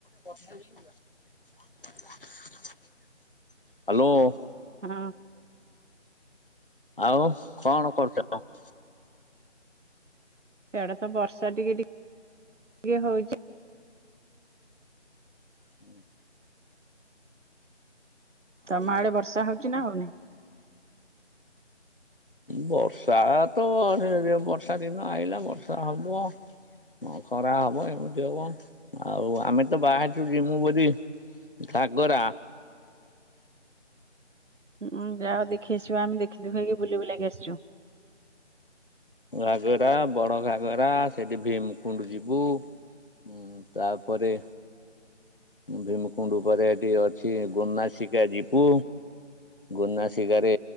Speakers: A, on the left (about 50°); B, on the right (about 85°).
A: Hello.
B: ହୁଁ।
A: ଆଉ କଣ କରୁ <unintelligible>
B: ଇଆଡେ ତ ବର୍ଷା ଟିକେ ଟିକେ ଟିକେ ହଉଛି।
A: ହୁଁ। ଆଉ
B: ତମ ଆଡେ ବର୍ଷା ହଉଛି ନା ହଉନି?
A: ବର୍ଷା ତ ବର୍ଷା ଦିନ ଆଇଲା ବର୍ଷା ହବ। ହଁ ଖରା ହବ ଏମିତି ହବ ଆଉ ଆମେ ତ ବାହାରିଛୁ ଯିମୁ ବୋଲି ଘାଗରା।
B: ଉଁ ଯାଅ ଦେଖି ଆସିବ ଆମେ ଦେଖି ହେଇକି ବୁଲି ବୁଲାକି ଆସିଛୁ।
A: ଘାଗରା ବଡ ଘାଗରା ସେଠି ଭୀମକୁଣ୍ଡ ଯିବୁ। ହୁଁ ତାପରେ ଭୀମକୁୁଣ୍ଡ ପରେ ଏଠି ଅଛି ଗୋନାସିକା ଜିବୁ। ଗୁନାଶିକାରେ